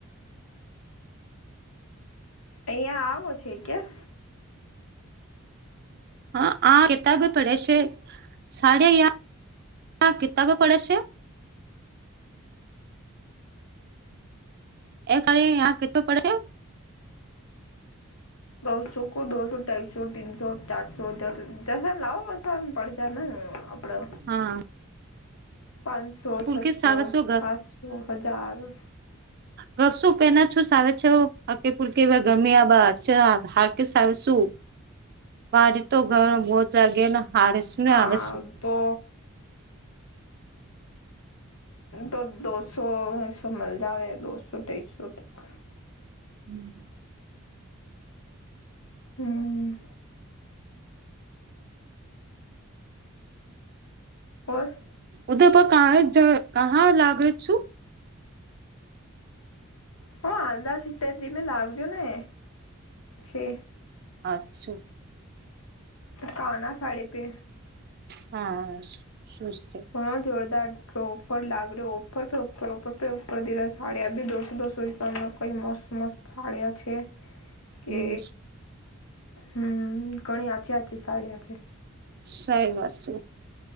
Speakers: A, on the left; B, on the right.
A: અહિયાં આવો છે, ક્યા
B: હા આ કિતાબ પડે છે સાડા યા કિતાબો પડે છે. એ કાર યા કેતો પડે છે.
A: દોસો કો દોસો ઢાઈસો તીનસો ચારસો જસને લાવો વસાને પડ જ ને પડો
B: હા
A: પાંચસો
B: પુલકી
A: છસો
B: સાવ શું
A: આઠસો હજાર
B: હા ઘશું પેલા શું સાવે છે, હકી ફુલકી ગરમીયા બા હા કેસ આવે શુ બાજ તો ઘણું બહુ જાગે ને હારે શું
A: હા
B: ને આવે શું
A: તો તો દોસો મલ જાવે દોસો ઢેસો તક
B: હમ્મ
A: હમ્મ ઓર
B: ઉદયપુર કાહજ જ કાં લાગે છુ.
A: હ હાલદા સિર તીમે લાગજો ને છે.
B: અછુ
A: કાના સાડે પે
B: હા શું છે.
A: ઘણા જોરદાર ઓફર લાગરયો ઓફર પે ઓફર ઓફર પે ઓફર સાળીયા બી દોસો દોસો રૂપિયા મે કઈ મોસ મસ થાળ્યા છે. કે
B: હમ
A: હમ ઘણી આચી આચી સાડી આ છે.
B: સહી વાત છે.